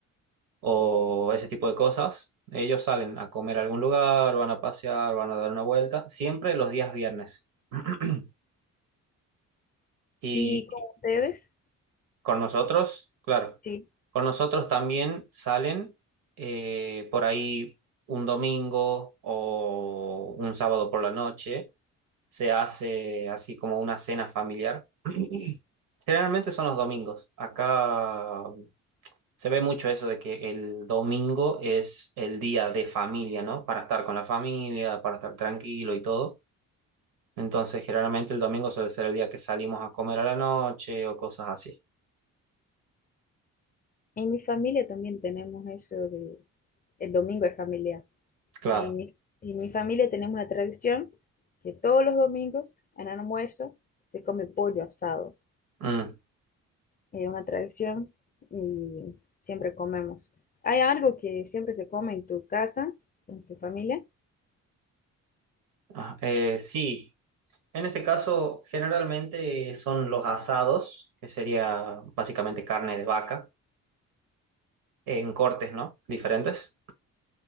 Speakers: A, on the right; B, on the left.
A: o ese tipo de cosas. Ellos salen a comer a algún lugar, van a pasear, van a dar una vuelta, siempre los días viernes. <clears throat> Y,
B: ¿Y con ustedes?
A: Con nosotros, claro.
B: Sí.
A: Con nosotros también salen eh, por ahí un domingo o un sábado por la noche. Se hace así como una cena familiar. <clears throat> Generalmente son los domingos. Acá se ve mucho eso de que el domingo es el día de familia, ¿no? Para estar con la familia, para estar tranquilo y todo. Entonces, generalmente el domingo suele ser el día que salimos a comer a la noche o cosas así.
B: En mi familia también tenemos eso de el domingo es familiar.
A: Claro.
B: En mi, en mi familia tenemos una tradición que todos los domingos, en almuerzo, se come pollo asado.
A: Mm.
B: Es una tradición y siempre comemos. Hay algo que siempre se come en tu casa, en tu familia,
A: Ah, eh, sí, en este caso generalmente son los asados, que sería básicamente carne de vaca, en cortes, ¿no? Diferentes.